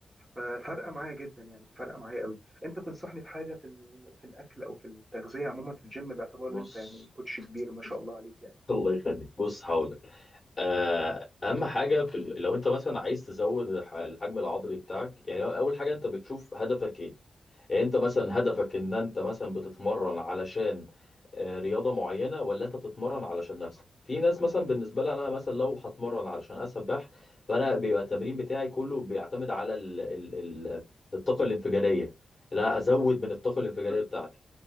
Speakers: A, on the right (about 15°); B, on the left (about 20°).
A: ففرقه معايا جدا يعني فرقه معايا قوي انت تنصحني بحاجه في ال- في الاكل او في التغذيه عموما في الجيم باعتبار
B: بص
A: ان انت يعني كوتش كبير ما شاء
B: <laughs>
A: الله عليك يعني
B: الله يخليك بص هقول لك آه، اهم حاجه في ال- لو انت مثلا عايز تزود الح- الحجم العضلي بتاعك يعني اول حاجه انت بتشوف هدفك ايه يعني انت مثلا هدفك ان انت مثلا بتتمرن علشان آه، رياضة معينة ولا انت بتتمرن علشان نفسك في ناس مثلا بالنسبة لها انا مثلا لو هتمرن علشان اسبح فانا بيبقى التمرين بتاعي كله بيعتمد على ال ال ال الطاقة الانفجارية لا ازود من الطاقة الانفجارية
A: مم.
B: بتاعتي